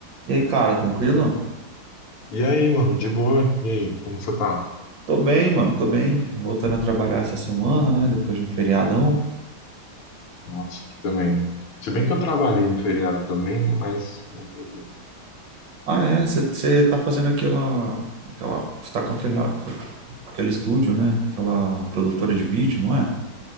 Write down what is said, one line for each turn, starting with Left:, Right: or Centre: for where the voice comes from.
Right: E aí, cara, tranquilo?
Left: E aí, mano, de boa? E aí, como você tá?
Right: Tô bem, mano, tô bem. Voltando a trabalhar essa semana, né? Depois de um feriadão.
Left: Nossa, aqui também. Se bem que eu trabalhei no feriado também, né, mas, mas beleza.
Right: Ah, é, você tá fazendo aquela, aquela, você tá com aquele, com aquele estúdio, né? Com aquela produtora de vídeo, não é?